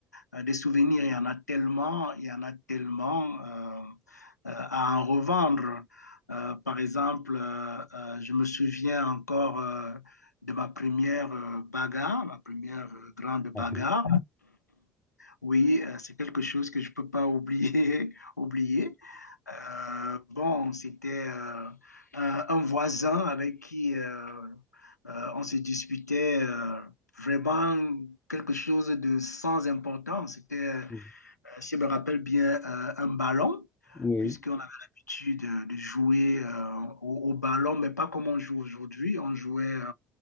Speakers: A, on the left; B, on the left.
A: euh, des souvenirs, il y en a tellement, il y en a tellement euh, euh, à en revendre. Euh, par exemple, euh, euh, je me souviens encore euh, de ma première euh, bagarre, ma première euh, grande bagarre.
B: Ah,
A: Oui, euh, c'est quelque chose que je ne peux pas oublier, <laughs> oublier. Euh, bon, c'était euh, un, un voisin avec qui euh, euh, on se disputait euh, vraiment quelque chose de sans importance. C'était euh,
B: <laughs>
A: euh, si je me rappelle bien, euh, un ballon,
B: Oui,
A: puisqu'on avait l'habitude de de jouer euh, au, au ballon, mais pas comme on joue aujourd'hui. On jouait euh,